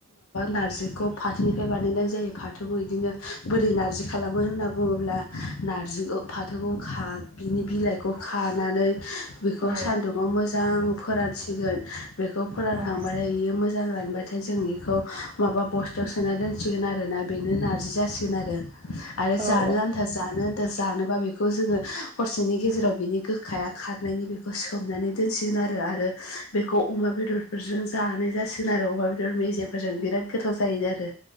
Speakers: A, on the left; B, on the right.
A: नार्जि खौ फाथोनिफ्राय बानायनाय जायो फाथो फाथोखौ बिदिनो बोरै नारजि खालामो होनना बुङोब्ला नारजिखौ फाथोखौ- नि बिलाइखौ खानानै बेखौ
B: औ
A: सान्दुंङाव मोजां फोरानसिगोन बेखौ फोरानखांबाथाय
B: औ
A: बेयो मोजां- मोजां रानबाथाय जों बेखौ माबा बस्थायाव सोना दोनसिगोन आरो ना बेनो नारजि जासिगोन आरो आरो जानो
B: औ औ
A: आन्था जानो आन्था जानोबा बेखौ जोङो हरसेनि गेजेराव बिनि गोखाया खारनायनि बेखौ सोमनानै दोनसिगोन आरो आरो बेखौ अमा बेदरफोरजों जानाय जासिगोन आरो अमा बेदर मेजेमफोरजों बिराद गोथाव जायो आरो।